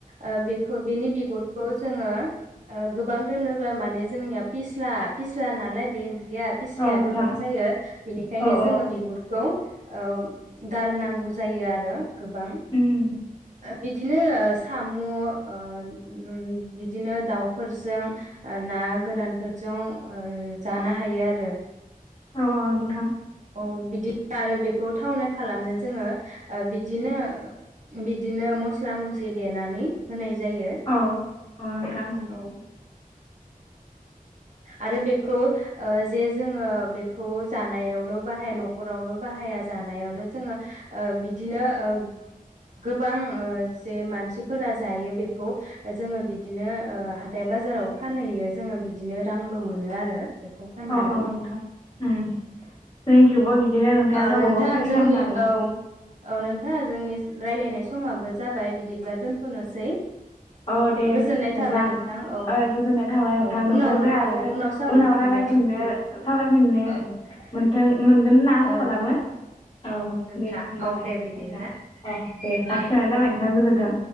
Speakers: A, on the right (about 55°); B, on the left (about 35°).
A: ओ बे खौ बेनि बिगुरखौ जोङो ओ गोबां दोनोबा माने जोंनिया फिस्ला फिस्ला नालाय बे ओं बिया फिस्लाया
B: औ नोंथां
A: गोबां जायो बिनिखायनो
B: औ औ
A: जोङो बिगुरखौ ओ गारनांगौ औ जायो आरो गोबां
B: उम
A: <unintelligible> बिदिनो साम' ओ उम बिदिनो दाउफोरजों ना गोरानफोरजों ओ जानो हायो आरो
B: अ नोंथां
A: औ बिदि आरो बेखौ थावनाय खालामनो जोङो ओ बिदिनो बिदिनो मस्ला मस्लि देनानै होनाय जायो
B: औ औ नोंथां
A: औ आरो बेखौ ओ जे जोङो बेखौ जानायावल' बाहाया नखरावल' बाहाया जानायावल' जोङो ओ बिदिनो ओ गोबां जे मानसिफोरा जायो बेखौ जोङो बिदिनो ओ हाथाइ बाजाराव फानैयो जोङो बिद बिदिनो रांबो मोनो आरो बेखौ फाननानै
B: औ औ नोंथां उम थेंक इ थेवबो बिदिनो नोंथाङा
A: औ
B: गावबा
A: नोंथां
B: गाव खेथि
A: जोंनि
B: खालामनानै
A: औ औ नोंथां जोंनि रायलायनाय समाबो जाबाय बिदिब्ला दोनथ'नोसै
B: औ दे
A: गोजोननाय
B: नोंथां
A: थाबाय औ
B: ओ गोजोननाय थाबाय नोंथां
A: औ
B: नोंथांजों
A: उनाव
B: आरो
A: औ सावरायफिनगोन
B: उनाव रायलायफिननो
A: नोंथां
B: सावरायफिननो
A: औ
B: मोनथों मोनगोन ना आसा
A: औ
B: खालामो औ
A: नोंथां
B: दे होमबालाय
A: औ
B: नोंथां
A: दे बिदिब्ला
B: औ दे लाखिथ'नाय जाबाय नोंथां गोजोन्थों